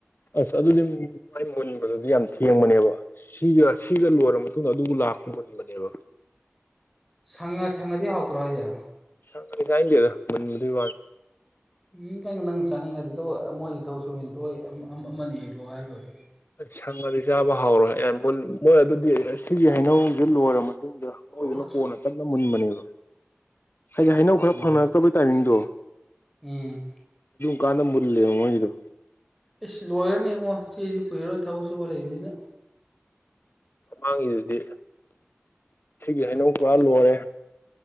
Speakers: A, on the left (about 50°); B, in the centre.
A: ꯑꯁ ꯑꯗꯨꯗꯤ ꯃꯥꯏ ꯃꯨꯟꯕꯗꯨꯗꯤ ꯌꯥꯝ ꯊꯦꯡꯕꯅꯦꯕ ꯁꯤꯒ ꯁꯤꯒ ꯂꯣꯏꯔꯕ ꯃꯇꯨꯡꯗ ꯑꯗꯨꯕꯨ ꯂꯥꯛ ꯃꯨꯟꯕꯅꯦꯕ
B: ꯁꯪꯉ ꯁꯪꯉꯗꯤ ꯍꯥꯎꯇ꯭ꯔꯣ ꯍꯥꯢꯁꯦ
A: ꯁꯪꯉꯥꯗꯤ ꯆꯥꯏꯟꯗꯦꯗꯥ ꯃꯨꯟꯕꯗꯨꯏ ꯋꯥꯅꯨ
B: ꯎꯝ ꯅꯪ ꯅꯪ ꯆꯥꯅꯤꯡꯉꯗꯤꯗꯣ ꯃꯣꯏꯒꯤ ꯊꯕꯛ ꯁꯨꯃꯤꯗꯨ ꯊꯣꯏ ꯑꯝ ꯑꯝ ꯑꯃꯅꯤ ꯍꯦꯛꯂꯣ ꯍꯤꯏꯔ ꯂꯣꯏꯔꯥꯒꯦ
A: ꯁꯪꯉꯗꯤ ꯆꯥꯕ ꯍꯧꯎꯔꯣꯏ ꯑꯦ ꯃꯨꯟ ꯃꯣꯏ ꯑꯗꯨꯗꯤ ꯑꯁꯤꯒꯤ ꯍꯩꯅꯧ ꯁꯤ ꯂꯣꯏꯔ ꯃꯇꯨꯡꯗ ꯃꯣꯏꯗꯨꯅ
B: ꯑꯣ
A: ꯀꯣꯟꯅ ꯇꯞꯅ ꯃꯨꯟꯕꯅꯦꯕ ꯍꯥꯏꯗꯤ ꯍꯩꯅꯧ ꯈꯔ
B: ꯎꯝ
A: ꯐꯪꯅꯔꯛꯇꯕꯩ ꯇꯥꯏꯃꯤꯡꯗꯣ
B: ꯎꯝ
A: ꯀꯥꯟꯅ ꯃꯨꯜꯂꯦ ꯃꯨꯒꯤꯗꯣ
B: ꯏꯁ ꯂꯣꯏꯔꯅꯤ ꯉꯣ ꯆꯦꯁꯤ ꯀꯨꯏꯔꯣꯏ ꯊꯕꯛ ꯁꯨꯕ ꯂꯩꯕꯅꯤꯅ
A: ꯃꯃꯥꯡꯉꯤꯗꯨꯗꯤ ꯁꯤꯒꯤ ꯍꯩꯅꯧ ꯄꯨꯔ ꯂꯣꯏꯔꯦ